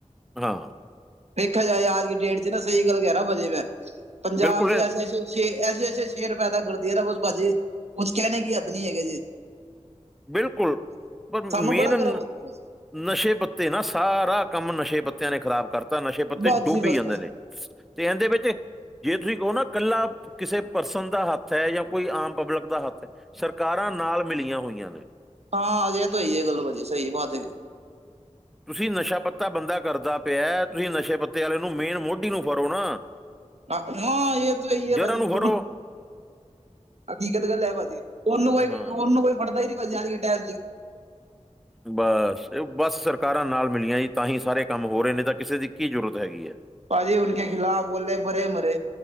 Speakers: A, in the centre; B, on the right (about 60°).
A: ਹਾਂ
B: ਦੇੇਖਿਆ ਜਾਏ ਆਜ ਕੀ ਡੇਟ ਚ ਨਾ ਸਹੀ ਗੱਲ ਕਹਿਣਾ ਭਾਜੀ ਮੈਂ, ਪੰਜਾਬ
A: ਬਿਲਕੁਲ
B: ਚ
A: ਇਹ-
B: ਐਸੇੇ ਐਸੇ ਏ ਐਸੇ ਐਸੇ ਸ਼ੇਰ ਪੈਦਾ ਕਰਦੀ ਏ ਨਾ ਬਸ ਭਾਜੀ, ਕੁਝ ਕਹਿਣੇ ਕੀ ਹੱਦ ਨੀ ਹੈਗੀ ਜੀ।
A: ਬਿਲਕੁਲ ਪਰ ਮੇਨ
B: ਸਾਨੂੰ ਬੜਾ
A: ਲ
B: ਗਰਵ ਹੁੰਦਾ ਬਸ
A: ਨਸ਼ੇ ਪੱਤੇ ਨਾ, ਸਾਰਾ ਕੰਮ ਨਸ਼ੇ ਪੱਤਿਆ ਨੇ ਖ਼ਰਾਬ ਕਰ ਤਾਂ ਨਸ਼ੇ ਪੱਤੇ
B: ਬਸ
A: ਡੁੱਬ
B: ਜੀ
A: ਈ
B: ਬਸ
A: ਜਾਂਦੇ
B: ਬਸ
A: ਨੇ। ਤੇ ਇਹਦੇ ਵਿੱਚ ਜੇ ਤੁਸੀਂ ਕਹੋ ਨਾ ਇਕੱਲਾ ਕਿਸੇ ਪਰਸਨ ਦਾ ਹੱਥ ਏ ਜਾਂ ਕੋਈ ਆਮ ਪਬਲਿਕ ਦਾ ਹੱਥ ਐ, ਸਰਕਾਰਾਂ ਨਾਲ ਮਿਲੀਆਂ ਹੋਈਆਂ ਨੇ।
B: ਹਾਂ ਜੇ ਤੋ ਹਈਏ ਗੱਲ ਭਾਜੀ ਸਹੀ ਬਾਤ ਏ।
A: ਤੁਸੀਂ ਨਸ਼ਾ ਪੱਤਾ ਬੰਦਾ ਕਰਦਾ ਪਿਆ। ਤੁਸੀਂ ਨਸ਼ੇ ਪੱਤੇ ਆਲੇ ਨੂੰ ਮੇਨ ਮੋਢੀ ਨੂੰ ਫੜੋ ਨਾ
B: ਹਾਂ ਇਹ ਮਤਲਬ ਜੇ
A: ਜੜ੍ਹਾਂ
B: ਭਾਜੀ
A: ਨੂੰ
B: <inaudible>
A: ਫੜੋ
B: ਹਕੀਕਤ ਗੱਲ ਏ ਭਾਜੀ। ਉਹਨੂੰ ਕੋਈ
A: ਹਾਂ
B: ਉਹਨੂੰ ਕੋਈ ਫੜਦਾ ਈ ਨੀ ਭਾਜੀ ਆਜ ਕੇ ਟਾਈਮ ਇਚ
A: ਬ ਅਸ, ਬਸ ਸਰਕਾਰਾਂ ਨਾਲ ਮਿਲੀਆ ਤਾ ਹੀ ਸਾਰੇ ਕੰਮ ਹੋ ਰਹੇ ਆ। ਨਹੀ ਤਾ ਕਿਸੇ ਦੀ ਕੀ ਜ਼ਰੂਰਤ ਹੈਗੀ ਏ।
B: ਭਾਜੀ ਉਨ ਕੇ ਖਿਲਾਫ਼ ਬੋਲੇ, ਪਰ ਈ ਮਰੇ